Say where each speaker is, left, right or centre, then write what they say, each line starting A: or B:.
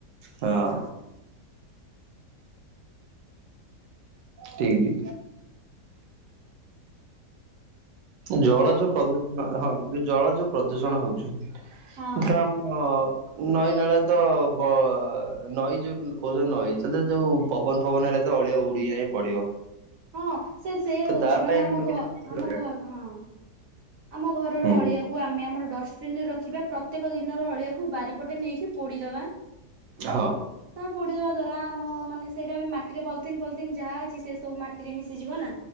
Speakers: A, on the right; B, on the right.
A: ହଁ। ଠିକି। ଜଳ ଯୋଉ ପ୍ରଦୂଷଣ ହଁ ଯୋଉ ଜଳ ଯୋଉ ପ୍ରଦୂଷଣ ହଉଛି।
B: ହଁ
A: ଧର ଆମ ହଁ ନଈ ନାଳ ତ ବ ନଈ ଯୋଉ କହୁଛନ୍ତି ନଈ ସେଥିରେ ଯୋଉ ପବନ ଫବନ ହେଲେ ତ ଅଳିଆ ଉଡ଼ି ଯାଇ ପଡିବ।
B: ହଁ ସେ ସେଇୟା
A: ତ
B: କହୁଚି
A: ତା
B: ମାନେ
A: ପାଇଁ ଆମର
B: ଆମ ଘ
A: କିଛି ପ୍ରତିକାର
B: ଆମ ଘର ହଁ। ଆମ ଘରର
A: ହୁଁ
B: ଅଳିଆକୁ ଆମେ ଆମର ଡଷ୍ଟବିନରେ ରଖିବା ପ୍ରତ୍ୟେକ ଦିନର ଅଳିଆ କୁ ବାରିପଟେ ନେଇକି ପୋଡ଼ିଦେବା।
A: ହଁ।
B: ତାହା ପୋଡ଼ିଦେବା ଦ୍ଵାରା ଆମ ମାନେ ସେଇଟାବି ମା ଟିରେ ପଲଥିନ ପଲଥିନ୍ ଯାହା ଅଛି ସେସବୁ ମାଟିରେ ମିଶିଯିବନା